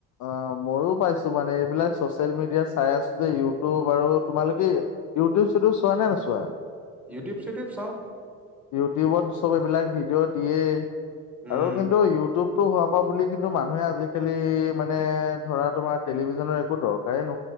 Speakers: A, on the left; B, in the centre.
A: অ' ময়ো পাইছো মানে এইবিলাক চচিয়েল মিডিয়াত চাই আছো যে ইউটিউব আৰু তোমালোকে ইউটিউব চুটিউব চোৱা নে নোচোৱা?
B: ইউটিউব চিউটিউব চাওঁ
A: ইউটিউবত চব এইবিলাক ভিডিঅ' দিয়ে।
B: উম
A: আৰু কিন্তু ইউটিউবতটো হোৱাৰ পৰা বুলি কিন্তু মানুহে আজিকালি মানে ধৰা তোমাৰ টেলিভিছনৰ একো দৰকাৰ